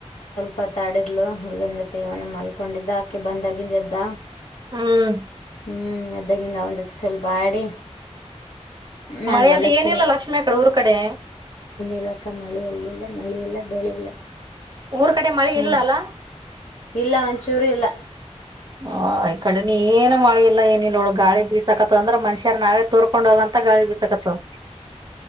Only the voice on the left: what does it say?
ಪತಾಡಿದ್ಲು ಹುಡ್ಗನ್ ಜೊತೆ ಇವನ ಮಲ್ಕೊಂಡಿದ್ದ ಆಕೆ ಬಂದಾಗಿಿಂದ ಎದ್ದ.
ಹ್ಞೂ ಎದಾಗಿಂದ ಅವನ ಜೊತೆ ಸ್ವಲ್ಪ ಆಡಿ ನಾನು
ಮಲತ್
ಇಲಕ್ಕ ಮಳೆ ಅಲ್ಲಲ್ಲ ಮಳೆ ಇಲ್ಲ ಬೆಳೆ ಇಿಲ್ಲ
<unintelligible>
ಇಲ್ಲ ಮಂಚೂರು ಇಲ್ಲ